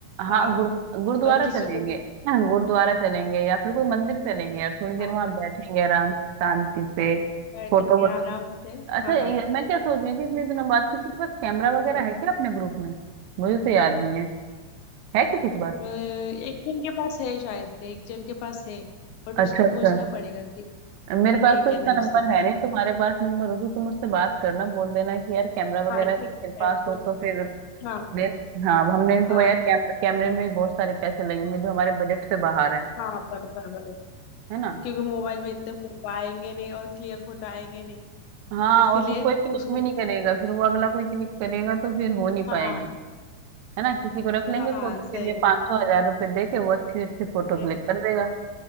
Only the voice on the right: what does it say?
हाँ गुरु गुरुद्वारा
चलेंगे
<clears throat> हाँ, गुरुद्वारा चलेंगे या फिर कोई मंदिर चलेंगे यार थोड़ी देर
वहां
बैठेंगे आराम से, शांति से
फोटो वोटो
अच्छा
ये, मैं क्या सोच रही थी इतने दिनों बाद किसी के पास कैमरा वगैरह
है क्या अपने ग्रुप में मुझे तो याद नहीं है है किसी के पास
अच्छा
अच्छा
मेरे पास
तो उसका
नंबर
है नहीं तुम्हारे पास नंबर हो तो तुम उससे बात करना बोल देना कि यार कैमरा वगैरह
तेरे
पास
हो तो फिर
ले हाँ हमने
तो यार कैम, कैमरे में भी बहुत सारे पैसे लगेंगे जो हमारे बजट से बाहर है
है ना
हाँ
और फिर कोई क्लिक
भी नहीं करेगा फिर वो अगला कोई क्लिक करेगा तो फिर हो नहीं
पाएगी है ना किसी को रख लेंगे
फोटो के
लिए
पाँच सौ हजार रुपये दे के वो अच्छी अच्छी फोटो
क्लिक कर देगा